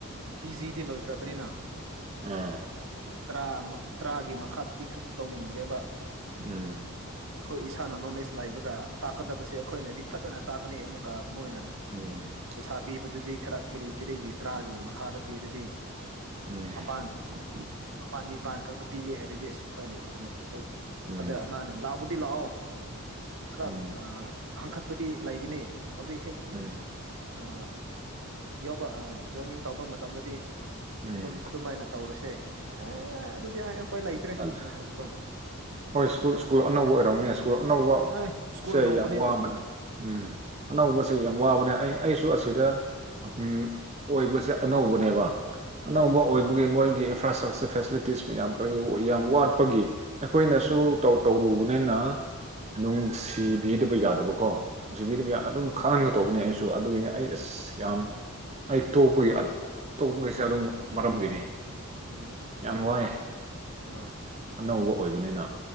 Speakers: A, on the right; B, on the right.
A: ꯄꯤ ꯖꯤꯗꯤ ꯂꯣꯏꯈ꯭ꯔꯕꯅꯤꯅ
B: ꯑꯥ
A: ꯇꯔꯥ ꯇꯔꯥꯒꯤ ꯃꯈꯥꯗꯗꯤ ꯀꯔꯤꯁꯨ ꯇꯧꯅꯤꯡꯗ꯭ꯔꯦꯕ
B: ꯎꯝ
A: ꯑꯩꯈꯣꯏ ꯏꯁꯥꯅ ꯅꯣꯂꯦꯖ ꯂꯩꯕꯒ ꯇꯥꯛꯀꯗꯕꯁꯦ ꯑꯩꯈꯣꯏꯅꯗꯤ ꯐꯖꯅ ꯇꯥꯛꯀꯅꯤ ꯑꯃꯨꯛ ꯃꯣꯏꯅ
B: ꯎꯝ
A: ꯄꯩꯁꯥ ꯄꯤꯕꯗꯨꯗꯤ ꯈꯔ ꯀꯤꯔꯤ ꯀꯔꯤꯒꯤ ꯇꯔꯥꯒꯤ ꯃꯈꯥꯗ ꯄꯤꯔꯗꯤ
B: ꯎꯝ
A: ꯃꯄꯥꯟ ꯃꯄꯥꯟ ꯅꯤꯄꯥꯟ ꯈꯛꯇ ꯄꯤꯒꯦ ꯍꯥꯏꯔꯗꯤ ꯑꯁ ꯎꯄꯥꯏ ꯂꯩꯇ꯭ꯔꯦꯅꯦ ꯑꯗꯨ
B: ꯎꯝ
A: ꯑꯗꯩ ꯑꯃꯅ ꯂꯥꯎꯕꯗꯤ ꯂꯥꯛꯑꯣ ꯈꯔ
B: ꯎꯝ
A: ꯑ ꯍꯪꯀꯠꯄꯗꯤ ꯂꯩꯒꯅꯤ ꯍꯧꯖꯤꯛ ꯍꯦꯛ
B: ꯎꯝ
A: ꯑꯥ ꯌꯥꯎꯕ ꯑꯥ ꯖꯣꯏꯅꯤꯡ ꯇꯧꯕ ꯃꯇꯝꯗꯗꯤ
B: ꯎꯝ
A: ꯑꯗꯨꯝ ꯑꯗꯨꯃꯥꯏꯅ ꯇꯧꯔꯁꯦ ꯑꯦ ꯑꯗꯨꯗꯤ ꯑ ꯎꯄꯥꯏ ꯂꯩꯇ꯭ꯔꯦ
B: ꯑꯗ
A: ꯑꯅ ꯍꯥꯏꯕꯀꯣ
B: ꯍꯣꯏ ꯁ꯭ꯀꯨꯜ ꯁꯀꯨꯜ ꯑꯅꯧꯕ ꯑꯣꯏꯔꯝꯅꯤ ꯑꯅꯧꯕ
A: ꯑꯦ ꯁ꯭ꯀꯨꯜ
B: ꯁꯦ
A: ꯑꯅꯧꯕꯅꯦ
B: ꯌꯥꯝ ꯋꯥꯕꯅꯦ
A: ꯎꯝ
B: ꯎꯝ ꯑꯅꯧꯕꯁꯦ ꯌꯥꯝ ꯋꯥꯕꯅꯦ ꯑꯩ ꯑꯩꯁꯨ ꯑꯁꯤꯗ
A: ꯎꯝ
B: ꯎꯝ ꯑꯣꯏꯕꯁꯦ ꯑꯅꯧꯕꯅꯦꯕ
A: ꯎꯝ
B: ꯑꯅꯧꯕ ꯑꯣꯏꯕꯒꯤ ꯃꯣꯏꯒꯤ ꯏꯟꯐ꯭ꯔꯥ ꯏꯁꯇ꯭ꯔꯛꯆꯔ ꯐꯦꯁꯤꯂꯤꯇꯤꯁ ꯃꯌꯥꯝ ꯈꯔ ꯌꯥꯝ ꯋꯥꯠꯄꯒꯤ ꯑꯩꯈꯣꯏꯅꯁꯨ ꯇꯧ ꯇꯧꯔꯨꯕꯅꯤꯅ ꯅꯨꯡꯁꯤꯕꯤꯗꯕ ꯌꯥꯗꯕꯀꯣ ꯅꯨꯡꯁꯤꯕꯤꯗ
A: ꯑꯥ
B: ꯌꯥ ꯑꯗꯨꯝ ꯈꯪꯒ ꯇꯧꯕꯅꯦ ꯑꯩꯁꯨ ꯑꯗꯨꯒꯤꯅꯦ ꯑꯩ
A: ꯎꯝ
B: ꯑꯁ ꯌꯥꯝ ꯑꯩ ꯇꯣꯛꯄꯒꯤ ꯑ ꯇꯣꯛꯄꯒꯤꯁꯦ ꯑꯗꯨꯝ ꯃꯔꯝꯒꯤꯅꯤ
A: ꯑꯥ ꯎꯝ ꯎꯝ
B: ꯌꯥꯝ ꯋꯥꯏꯑꯦ
A: ꯑꯥ
B: ꯑꯅꯧꯕ ꯑꯣꯏꯕꯅꯤꯅ